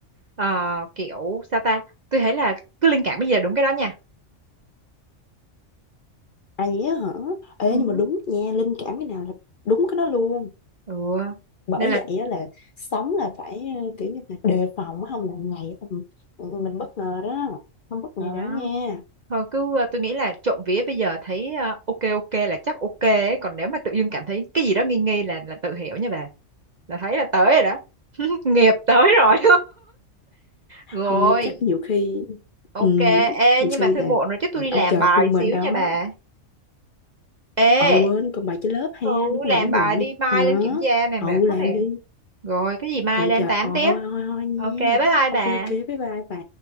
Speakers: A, on the right (about 45°); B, on the left (about 50°).
A: ờ, kiểu sao ta? Tôi thấy là cứ linh cảm bây giờ đúng cái đó nha.
B: à gì á hả ê
A: Ừ.
B: nhưng mà đúng nha linh cảm cái nào là đúng cái đó luôn
A: Ừ.
B: bởi
A: Nên là
B: vậy á là sống là phải ờ, kiểu như là đề phòng á, không là ngày tầm- mình bất ngờ đó không bất ngờ
A: thì đó
B: đó nha
A: thôi cứ ờ, tôi nghĩ là trộm vía bây giờ thấy ờ, ok ok là chắc ok ấy. còn nếu mà tự dưng cảm thấy cái gì đó nghi nghi là là tự hiểu nha bà là thấy là tới rồi đó <laughs> nghiệp tới rồi <laughs> rồi
B: thôi chắc nhiều khi
A: ok
B: ừ, chắc
A: ê
B: nhiều
A: nhưng
B: khi
A: mà thôi
B: là
A: muộn rồi chứ tôi đi làm
B: ông trời
A: bài
B: thương
A: xíu
B: mình đó
A: nha bà ê
B: ờ quên con bài trên lớp ha
A: ừ
B: đúng rồi
A: làm
B: đúng
A: bài
B: rồi
A: đi mai
B: hả
A: lên kiểm tra này
B: ừ
A: mệt quá
B: làm
A: nè
B: đi
A: rồi cái gì mai
B: trời
A: lên
B: trời
A: tám
B: ờ
A: tiếp
B: thôi thôi thôi nha
A: ok bye bye
B: ok
A: bà
B: ok bye bye bà